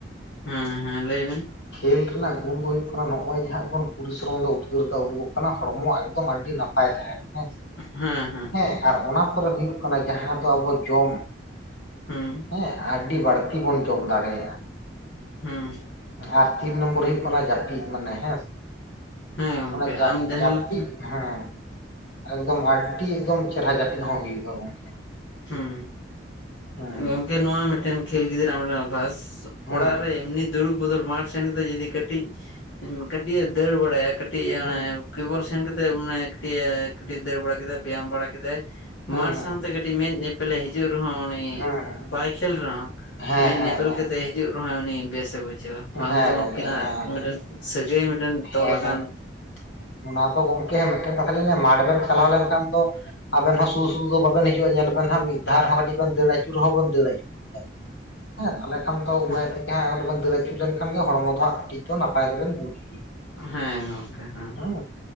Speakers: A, on the left (about 85°); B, on the left (about 70°).
A: ᱦᱮᱸ ᱦᱮᱸ ᱞᱟᱹᱭᱵᱮᱱ᱾
B: ᱠᱷᱹᱮᱞ ᱨᱮᱱᱟᱜ ᱜᱩᱱ ᱫᱚ ᱦᱩᱭᱩᱜ ᱠᱟᱱᱟ ᱱᱚᱜ ᱚᱭ ᱡᱟᱦᱟᱸ ᱵᱚᱱ ᱯᱚᱨᱤᱥᱨᱚᱢ ᱫᱟ ᱩᱫᱽᱜᱟᱹᱨ ᱫᱟᱜ ᱩᱰᱩᱜᱚᱜ ᱠᱟᱱᱟ ᱦᱚᱲᱢᱚ ᱮᱠᱫᱚᱢ ᱟᱹᱰᱤ ᱱᱟ ᱯᱟᱭ ᱛᱟᱦᱮᱱᱟ ᱦᱮᱸᱥᱮ᱾
A: ᱦᱮᱸ ᱦᱮᱸ
B: ᱦᱮᱸ ᱟᱨ ᱚᱱᱟ ᱯᱚᱨᱮ ᱦᱩᱭᱩᱜ ᱠᱟᱱᱟ ᱡᱟᱦᱟᱸ ᱫᱚ ᱟᱵᱚ ᱡᱚᱢ,
A: ᱦᱩᱸ
B: ᱦᱮᱸ ᱟᱹᱰᱤ ᱵᱟᱹᱲᱛᱤ ᱵᱚᱱ ᱡᱚᱢ ᱫᱟᱲᱮᱭᱟᱜ-ᱟ᱾
A: ᱦᱩᱸ
B: ᱟᱨ ᱛᱤᱱ ᱱᱚᱢᱵᱚᱨ ᱦᱩᱭᱩᱜ ᱠᱟᱱᱟ ᱡᱟᱯᱤᱫ ᱢᱟᱱᱮ ᱦᱮᱸᱥ
A: ᱦᱮᱸ ᱜᱚᱝᱠᱮ
B: ᱚᱱᱟ ᱡᱟᱯ
A: ᱟᱢ ᱡᱟᱦᱟᱸ
B: ᱡᱟᱯᱤᱫ
A: ᱞᱮᱠᱟ
B: ᱦᱮᱸ ᱮᱠᱫᱚᱢ ᱟᱹᱰᱰᱤ ᱮᱠᱫᱚᱢ ᱪᱮᱨᱦᱟ ᱡᱟᱹᱯᱤᱫ ᱦᱚᱸ ᱦᱩᱭᱩᱜ-ᱟ ᱜᱚᱝᱠᱮ᱾
A: ᱦᱩᱸ
B: ᱦᱮᱸ
A: ᱜᱚᱝᱠᱮ ᱱᱚᱣᱟ ᱢᱮᱜᱴᱮᱱ ᱠᱷᱮᱞ ᱜᱤᱫᱽᱨᱟᱹᱣᱟᱜ ᱢᱮᱜᱴᱮᱱ ᱚᱵᱷᱟᱥ
B: ᱦᱮᱸ
A: ᱚᱲᱟᱜ ᱨᱮ ᱮᱢᱱᱤ ᱫᱩᱲᱩᱵ ᱵᱚᱫᱚᱞ ᱢᱟᱴᱷ ᱥᱮᱱ ᱠᱟᱛᱮᱜ ᱡᱩᱫᱤ ᱠᱟᱹᱴᱤᱡ ᱠᱟᱹᱴᱤᱡ ᱮ ᱫᱟᱹᱲ ᱵᱟᱲᱟᱭᱟ ᱠᱟᱹᱴ ᱴᱤᱜ ᱚᱱᱮ
B: ᱦᱮᱸ
A: ᱠᱮᱵᱚᱞ ᱥᱮᱱ ᱠᱟᱛᱮᱜ ᱢᱟᱱᱮ ᱠᱟᱹᱴᱤᱡ ᱮ ᱠᱟᱹᱴᱤᱡ ᱫᱟᱹᱲ ᱵᱟᱲᱟ ᱠᱮᱫᱟᱭ ᱵᱮᱭᱟᱢ ᱵᱟᱲᱟ ᱠᱮᱫᱟᱭ
B: ᱦᱮᱸ
A: ᱢᱟᱴ
B: ᱦᱮᱸ
A: ᱥᱟᱶᱛᱮ ᱠᱟᱹᱴᱤᱡ ᱢᱮᱫ ᱧᱮᱯᱮᱞᱮ ᱦᱤᱡᱩᱜ ᱨᱮᱦᱚᱸ ᱩᱱᱤ
B: ᱦᱮᱸ ᱦᱮᱸ
A: ᱵᱟᱭ ᱠᱷᱮᱞ ᱨᱮᱦᱚᱸ
B: ᱦᱮᱸ
A: ᱢᱮᱫ ᱧᱮᱯᱮᱞ
B: ᱦᱮᱸ
A: ᱠᱟᱛᱮ ᱦᱤᱡᱩᱜ ᱨᱮᱦᱚᱸᱭ ᱩᱱᱤ ᱵᱮᱥᱮ ᱵᱩᱡ ᱡᱷᱟᱹᱣᱟ
B: ᱦᱮᱸ
A: ᱵᱟᱝ ᱫᱚ
B: ᱜᱚᱝᱠᱮ
A: ᱩᱱᱠᱤᱱᱟᱜ
B: ᱦᱮᱸ
A: ᱢᱮᱫᱴᱮᱱ ᱥᱟᱹᱜᱟᱹᱭ ᱢᱮᱫᱴᱮᱱ ᱛᱚᱞ
B: ᱦᱮᱸ
A: ᱟᱠᱟᱱ
B: ᱜᱚᱝᱠᱮ ᱚᱱᱟ ᱫᱚ ᱜᱚᱝᱠᱮ ᱢᱮᱜᱴᱮᱱ ᱠᱟᱛᱷᱟ ᱞᱤᱧ ᱞᱟᱹᱭᱟ ᱢᱟᱴᱷ ᱵᱮᱱ ᱪᱟᱞᱟᱣ
A: ᱦᱮᱸ
B: ᱞᱮᱱᱠᱷᱟᱱ ᱫᱚ ᱟᱵᱮᱱ ᱦᱚᱸ ᱥᱩᱫᱩ ᱥᱩᱫᱩ ᱫᱚ ᱵᱟᱵᱮᱱ ᱦᱤᱡᱩᱜ-ᱟ ᱧᱮᱞ ᱵᱮᱱ ᱦᱟᱸᱜ ᱢᱤᱜ ᱫᱷᱟᱣ ᱨᱮᱦᱚᱸ ᱠᱟᱹᱴᱤᱡ ᱵᱮᱱ ᱫᱟᱹᱲ ᱟᱹᱪᱩ ᱪᱩ ᱨᱮᱦᱚᱸ ᱵᱮᱱ ᱫᱟᱹᱲ ᱟᱹᱪᱩᱨᱚᱜ ᱜᱮᱭᱟ ᱦᱮᱸ ᱛᱟᱦᱞᱮ ᱠᱷᱟᱱ ᱛᱚ ᱩᱣᱟᱹᱭ
A: ᱦᱮᱸ
B: ᱜᱮᱦᱟᱸᱜ ᱚᱸᱰᱮᱵᱮᱱ ᱫᱟᱹᱨ ᱟᱹᱪᱩᱨ ᱞᱮᱱᱠᱷᱟᱱ ᱜᱮ ᱦᱚᱲᱢᱚ ᱫᱚ ᱦᱟᱸᱜ ᱠᱟᱹᱴᱤᱡ ᱫᱚ ᱱᱟᱯᱟᱭ ᱫᱚᱵᱮᱱ ᱵᱩᱡ ᱜᱮᱭᱟ᱾
A: ᱦᱮᱸ ᱜᱚᱝᱠᱮ ᱦᱮᱸ
B: ᱦᱩᱸ